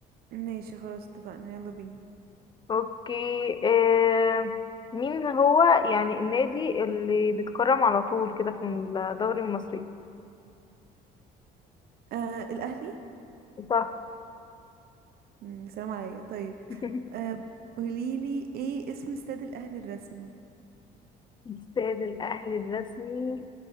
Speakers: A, on the right (about 65°); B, on the left (about 25°).
A: ماشي خلاص اتفقنا يلا بينا
B: اوكي آه مين هو يعني النادي اللي بيتكرم على طول كده في الدوري المصري
A: آه الاهلي
B: صح
A: مم، سلام عليا طيب
B: <laughs>
A: آه قوليلي ايه اسم استاد الاهلي الرسمي
B: استاد الاهلي الرسمي